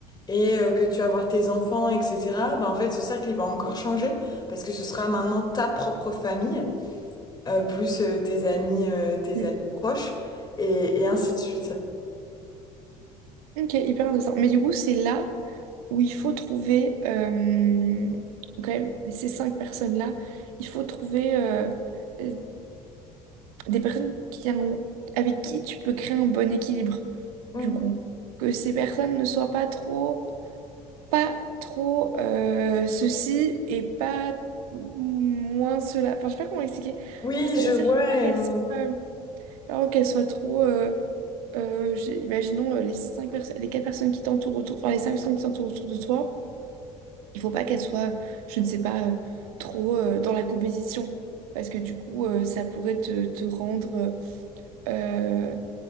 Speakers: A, on the left (about 20°); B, on the right (about 65°).
A: et euh, que tu vas avoir tes enfants, etc., bah en fait, ce cercle, il va encore changer, parce que ce sera maintenant ta propre famille euh, plus euh, tes amis, euh, tes
B: mhm.
A: amis proches, et, et ainsi de suite.
B: Ok, hyper intéressant. Mais du coup, c'est là où il faut trouver, euh, quand même, ces cinq personnes-là, il faut trouver euh, euh, des personnes qui ont- avec qui tu peux créer un bon équilibre,
A: Mhm.
B: du coup. Que ces personnes ne soient pas trop, pas trop euh, ceci et pas moins cela. Enfin, je sais pas comment expliquer.
A: Oui,
B: Ça
A: je
B: veut dire
A: vois.
B: qu'il faut pas
A: euh,
B: qu'elles soient, euh, pardon, qu'elles soient trop... euh, euh, j'ai- imaginons euh, les cinq personnes, les quatre personnes qui t'entourent autour, enfin les cinq personnes qui t'entourent autour de toi, il faut pas qu'elles soient, je ne sais pas, euh, trop euh, dans la compétition. Parce que du coup, euh, ça pourrait te, te rendre euh,